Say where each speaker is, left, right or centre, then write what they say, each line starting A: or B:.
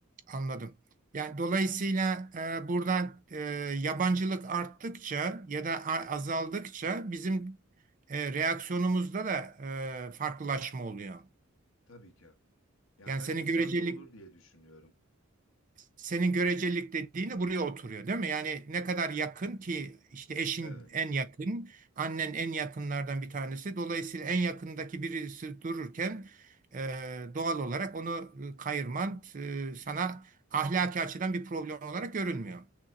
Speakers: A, on the right (about 40°); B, on the left (about 65°).
A: Anladım. Yani dolayısıyla e, buradan e, yabancılık arttıkça ya da a- azaldıkça bizim e, reaksiyonumuzda da e, farklılaşma oluyor.
B: Tabii ki. Ya
A: Yani
B: her
A: senin
B: insanda
A: görecelik
B: olur diye düşünüyorum.
A: senin görecelik dediğin de buraya oturuyor, değil mi? Yani ne kadar yakın ki işte eşin
B: Evet.
A: en yakın, annen en yakınlardan bir tanesi. Dolayısıyla en yakındaki birisi dururken e, doğal olarak onu e, kayırman e, sana ahlaki açıdan bir problem olarak görünmüyor.